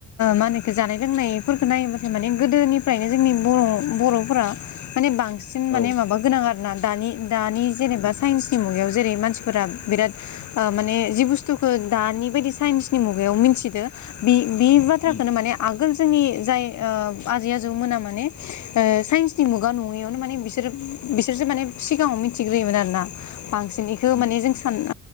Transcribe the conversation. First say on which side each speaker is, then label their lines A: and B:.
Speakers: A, on the left (about 60°); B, on the left (about 45°).
A: मा होनोखो जानाय लोंनायफोरखो नायोबाथाय माने गोदोनिफ्रायनो जोंनि बर' बर'फोरा माने बां सिन
B: औ
A: माने माबा गोनां आरो ना दानि दानि जेनेबा साइन्सनि मुगायाव जेरै मानसिफोरा बिराद ओ माने जि बुस्थुखौ दानि बायदि साइन्सनि मुगायाव मिथिदो बि बि बाथ्राखोनो
B: उम
A: माने आ गोल जोंनि जाय ओ आजै आजौमोना माने ओ साइन्सनि मुगा नङैआवनो माने बिसोरो बिसो रसो माने सिगाङाव मिथिग्रोमोन आरोना बां सिननिखो
B: उम
A: माने जों सान ओ